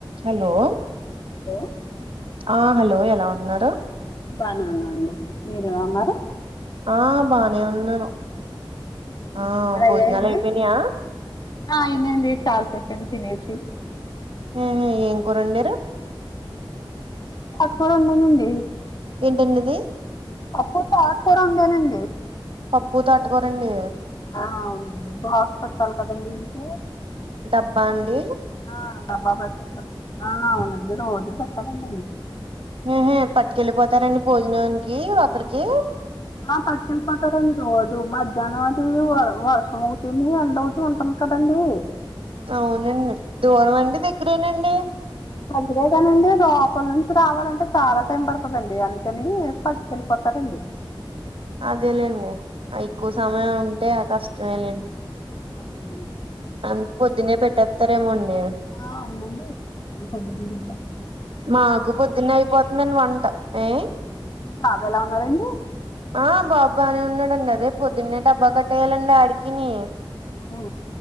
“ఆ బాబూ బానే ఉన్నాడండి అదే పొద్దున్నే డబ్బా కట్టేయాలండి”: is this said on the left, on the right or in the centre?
Right